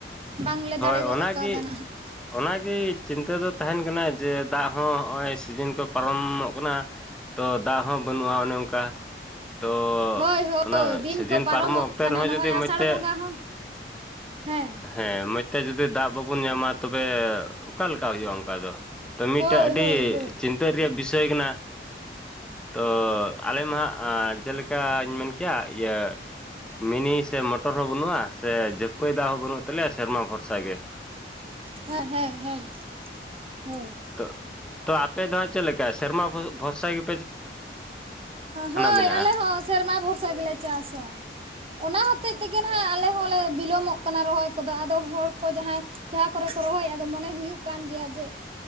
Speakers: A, on the right; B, in the centre.
A: ᱵᱟᱝᱞᱮ
B: ᱦᱳᱭ
A: ᱫᱟᱲᱮ ᱜᱚᱫ
B: ᱚᱱᱟᱜᱮ
A: ᱠᱟᱣᱫᱟ ᱱᱟᱦᱟᱜ
B: ᱚᱱᱟᱜᱮ ᱪᱤᱱᱛᱟᱹ ᱫᱚ ᱛᱟᱦᱮᱱ ᱠᱟᱱᱟ ᱡᱮ ᱫᱟᱜ ᱦᱚᱸ ᱱᱚᱜᱼᱚᱭ ᱥᱤᱡᱤᱱ ᱠᱚ ᱯᱟᱨᱚᱢᱚᱜ ᱠᱟᱱᱟ ᱛᱚ ᱫᱟᱜ ᱦᱚᱸ ᱵᱟᱹᱱᱩᱜᱼᱟ ᱚᱱᱮ ᱚᱱᱠᱟ ᱛᱚ
A: ᱦᱳᱭ
B: ᱚᱱᱟ
A: ᱦᱳᱭ ᱫᱤᱱ
B: ᱥᱤᱡᱤᱱ
A: ᱠᱚ ᱯᱟᱨᱚᱢᱚᱜ
B: ᱚᱠᱛᱮ
A: ᱠᱟᱱᱟ
B: ᱨᱮᱦᱚᱸ
A: ᱱᱚᱜᱼᱚᱭ
B: ᱡᱩᱫᱤ ᱢᱚᱡᱽ
A: ᱟᱥᱟᱲ
B: ᱛᱮ
A: ᱵᱚᱸᱜᱟ ᱦᱚᱸ ᱦᱮᱸ
B: ᱦᱮᱸ ᱢᱚᱡᱽ ᱛᱮ ᱡᱩᱫᱤ ᱫᱟᱜ ᱵᱟᱵᱚᱱ ᱧᱟᱢᱟ ᱛᱚᱵᱮ ᱚᱠᱟᱞᱮᱠᱟ ᱦᱩᱭᱩᱜᱼᱟ ᱚᱱᱠᱟ ᱫᱚ ᱛᱚ ᱢᱤᱫᱴᱮᱱ
A: ᱦᱳᱭ
B: ᱟᱹᱰᱤ
A: ᱦᱳᱭ ᱦᱳᱭ
B: ᱪᱤᱱᱛᱟᱹ ᱨᱮᱭᱟᱜ ᱵᱤᱥᱚᱭ ᱠᱟᱱᱟ ᱛᱚ ᱟᱞᱮ ᱢᱟ ᱦᱜ ᱡᱮᱞᱮᱠᱟᱧ ᱢᱮᱱ ᱠᱮᱭᱟ ᱤᱭᱟᱹ ᱢᱤᱱᱤ ᱥᱮ ᱢᱚᱴᱚᱨ ᱦᱚᱸ ᱵᱟᱹᱱᱩᱜᱼᱟ ᱥᱮ ᱡᱟᱹᱯᱟᱹᱭ ᱫᱟᱜ ᱦᱚᱸ ᱵᱟᱹᱱᱩᱜ ᱛᱟᱞᱮᱭᱟ ᱥᱮᱨᱢᱟ ᱵᱷᱚᱨᱥᱟ ᱜᱮ
A: ᱦᱮᱸ ᱦᱮᱸ ᱦᱮᱸ ᱦᱳᱭ
B: ᱛᱚ ᱛᱚ ᱟᱯᱮ ᱫᱚ ᱦᱜ ᱪᱮᱫ ᱞᱮᱠᱟ ᱥᱮᱨᱢᱟ ᱵᱷᱚᱨᱥᱟ ᱜᱮ
A: ᱦᱳᱭ
B: ᱢᱮᱱᱟᱜᱼᱟ
A: ᱟᱞᱮ ᱦᱚᱸ ᱥᱮᱨᱢᱟ ᱵᱷᱚᱨᱥᱟ ᱜᱮᱞᱮ ᱪᱟᱥᱟ ᱚᱱᱟ ᱦᱚᱛᱮᱡ ᱛᱮᱜᱮ ᱱᱟᱦᱟᱜ ᱟᱞᱮ ᱦᱚᱸᱞᱮ ᱵᱤᱞᱚᱢᱚᱜ ᱠᱟᱱᱟ ᱨᱚᱦᱚᱭ ᱠᱚᱫᱚ ᱟᱫᱚ ᱦᱚᱲ ᱠᱚ ᱡᱟᱦᱟᱸᱭ ᱡᱟᱦᱟᱸ ᱠᱚᱨᱮ ᱠᱚ ᱨᱚᱦᱚᱭᱟ ᱟᱫᱚ ᱢᱚᱱᱮ ᱦᱩᱭᱩᱜ ᱠᱟᱱ ᱜᱮᱭᱟ ᱡᱮ